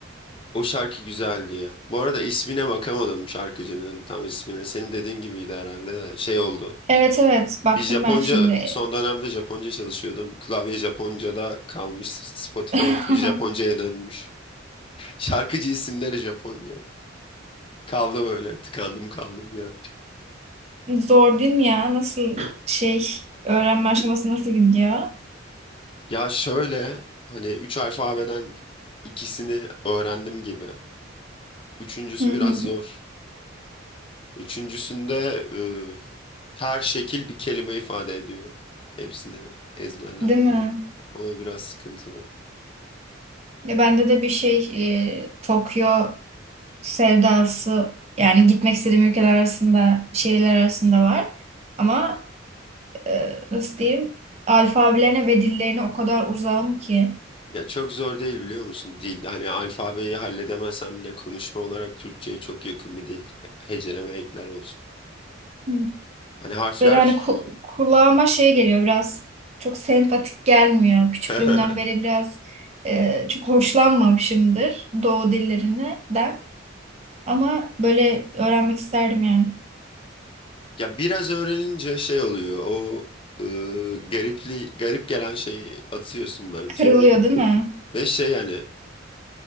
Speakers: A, on the left (about 25°); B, on the right (about 35°).
A: O şarkı güzeldi ya. Bu arada ismine bakamadım şarkıcının tam ismine. Senin dediğin gibiydi herhalde de şey oldu.
B: Evet evet baktım
A: Bir Japonca
B: ben şimdi.
A: son dönemde Japonca çalışıyordum. Klavye Japonca'da kalmış. Spotify'ın
B: <laughs>
A: full Japonca'ya dönmüş. <laughs> Şarkıcı isimleri Japonca. Kaldım öyle. Tıkandım kaldım ya.
B: Zor değil mi ya? Nasıl şey öğrenme aşaması nasıl gidiyor?
A: Ya şöyle hani 3 alfabeden ikisini öğrendim gibi. Üçüncüsü
B: Hı
A: biraz
B: hı.
A: zor. Üçüncüsünde e, her şekil bir kelime ifade ediyor. Hepsini ezberlemen
B: Değil mi?
A: lazım. O biraz sıkıntılı.
B: Ya bende de bir şey e, Tokyo sevdası yani gitmek istediğim ülkeler arasında şehirler arasında var. Ama e, nasıl diyeyim alfabelerine ve dillerine o kadar uzağım ki
A: Ya çok zor değil biliyor musun? Dil hani alfabeyi halledemesen bile konuşma olarak Türkçe'ye çok yakın bir dil. He- Heceleme ekler olsun.
B: Hı.
A: Hani harfler
B: böyle hani ku- kulağıma şey geliyor biraz çok sempatik gelmiyor. Küçüklüğümden
A: <laughs>
B: beri biraz e, çok hoşlanmamışımdır doğu dillerinden ama böyle öğrenmek isterdim yani.
A: ya biraz öğrenince şey oluyor. O e, garipli garip gelen şeyi atıyorsun bence
B: Kırılıyor
A: ve
B: değil mi?
A: ve şey yani